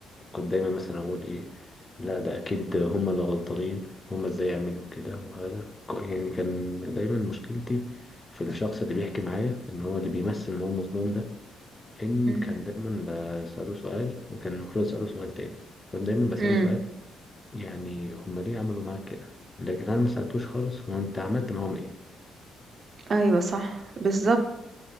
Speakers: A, on the left; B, on the right.
A: كنت دايما مثلا اقول ايه لا ده اكيد هما اللي غلطانين هما ازاي يعملوا كده وهذا ك- يعني كان دايما مشكلتي في الشخص اللي بيحكي معايا ان هو اللي بيمثل ان هو مظلوم ده ان
B: مم.
A: كان دايما بسأله سؤال وكان المفروض اسأله سؤال تاني كنت دايما بسأله
B: امم
A: سؤال يعني هما ليه عملوا معاك كده لكن انا ما سألتوش خالص هو انت عملت معاهم ايه
B: ايوه صح بالظبط